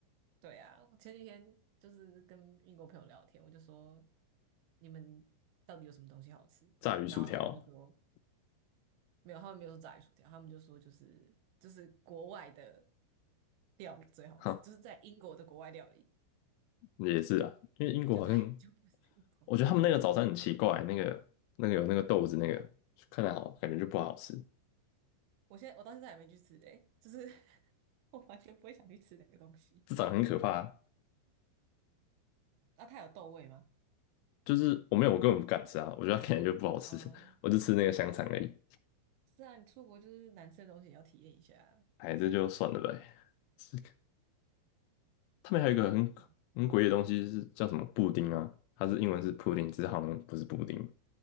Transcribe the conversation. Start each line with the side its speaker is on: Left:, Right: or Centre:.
Right: 对啊，我前几天就是跟英国朋友聊天，我就说你们到底有什么东西好吃？
Left: 炸鱼薯条啊，
Right: 然后他们就说
Left: <laughs>
Right: 没有，他们没有说炸鱼薯条，他们就说就是就是国外的料理最好吃，
Left: 哈
Right: 就是在英国的国外料理，
Left: 也是啊，因为英国好像，
Right: 就对，<laughs> 就不是英国本地的。
Left: 我觉得他们那个早餐很奇怪，那个那个有那个豆子，那个看着好，感觉就不好吃，
Right: 我现在我到现在还没去吃哎，就是 <laughs> 我完全不会想去吃这个东西。
Left: 这长得很可怕。
Right: 那它有豆味吗？
Left: 就是我没有，我根本不敢吃啊，我觉得它看起就不好吃，
Right: 哦
Left: <laughs> 我就吃那个香肠而已。
Right: 哦，是啊，你出国就是难吃的东西也要体验一下啊。
Left: 哎，这就算了呗。是他们还有一个很
Right: 对啊，我们
Left: 很诡异的东西是叫什么布丁啊？
Right: 嗯，
Left: 它是英文是 pudding，只是好像不是布丁，